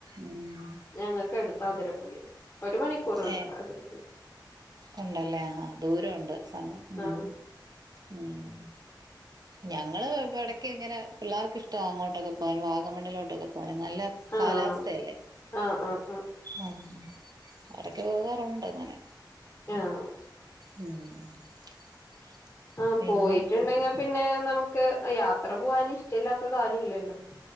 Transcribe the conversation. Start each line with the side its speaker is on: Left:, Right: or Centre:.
Right: ഉം
Left: ഞങ്ങക്ക് അടുത്താ അതിരപ്പള്ളി. ഒരു മണിക്കൂറുണ്ട്
Right: ഏഹ്
Left: അതിരപ്പള്ളിക്ക്.
Right: ഉണ്ടല്ലേ ആഹാ ദൂരൊണ്ട് സമയം ഉം
Left: ആഹ്
Right: ഉം. ഞങ്ങള് ഇടക്ക് ഇങ്ങനെ പിള്ളേർക്ക് ഇഷ്ട അങ്ങോട്ടൊക്കെ പോകാൻ വാഗമണ്ണിലോട്ടൊക്കെ പോകാന് നല്ല
Left: ആഹ്
Right: കാലാവസ്ഥയല്ലേ
Left: ആഹ് ആഹ്
Right: ആഹ്. അവിടക്ക് പോകാറുണ്ട് അങ്ങനെ.
Left: ആഹ്.
Right: <inaudible>
Left: ആഹ്
Right: പിന്നെ
Left: പോയിട്ടുണ്ടെങ്കിൽ പിന്നെ നമുക്ക് യാത്ര പോകാൻ ഇഷ്ടമല്ലാത്തത് ആരുല്ലല്ലോ?